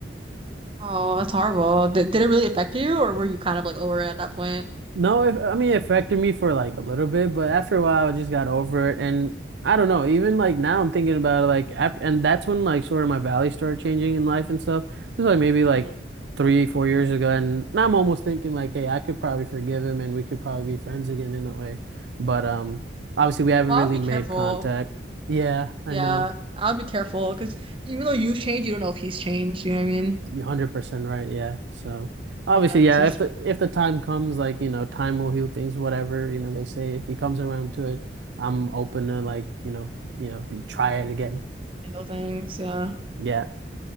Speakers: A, on the right; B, on the right.
A: Oh, that's horrible. Did, did it really affect you, or were you kind of like over it at that point?
B: No, it, I mean, it affected me for like a little bit, but after a while, I just got over it. And I don't know, even like now I'm thinking about it, like after, and that's when like sort of my values started changing in life and stuff. It was like maybe like
A: Mm.
B: three, four years ago. And now I'm almost thinking like, hey, I could probably forgive him and we could probably be friends again in a way. But um, obviously we haven't
A: Well,
B: really
A: I would be
B: made
A: careful.
B: contact. Yeah, I
A: Yeah,
B: know.
A: I'll be careful because even though you've changed, you don't know if he's changed. You know what I mean?
B: You're 100% right. Yeah. So obviously,
A: Yeah,
B: yeah,
A: so just
B: if the if the time comes, like, you know, time will heal things, whatever, you know, they say if he comes around to it, I'm open to like, you know, you know, be try it again.
A: handle things. Yeah.
B: Yeah.